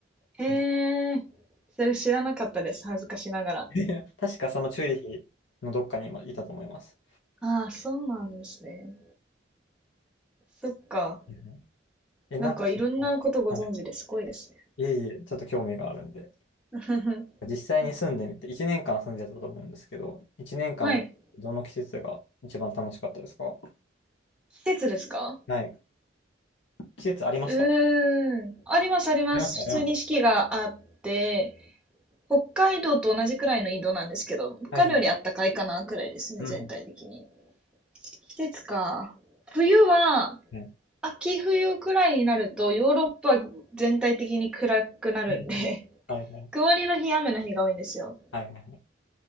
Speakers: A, in the centre; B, on the left.
A: へ
B: うん
A: え、それ知らなかったです、恥ずかしながら。
B: <laughs> 確かそのチューリヒのどっかに今いたと思います。
A: ああ、そうなんですね。そっか。
B: うんえ、なんかそ
A: なんかいろんなことご存知ですごいですね。
B: の、はい、いえいえ、ちょっと興味があるんで。
A: <laughs>
B: 実際に住んでみて、1年間住んでたと思うんですけど、1年間、
A: はい。
B: どの季節が一番楽しかったですか
A: 季節ですか
B: はい。季節ありました。
A: うーん。
B: あ
A: あります、あります。
B: りました、ありました。
A: 普通に四季があって、北海道と同じくらいの緯度なんですけど、北海道よりあったかいかな、
B: はいはい。
A: くらいですね、
B: うん。
A: 全体的に。季節か。冬は、
B: うん。
A: 秋冬くらいになると、ヨーロッパは全体的に暗くなるんで
B: うんはいはい。
A: <laughs> 曇りの日、雨の日が多いんですよ。
B: はいはいはい。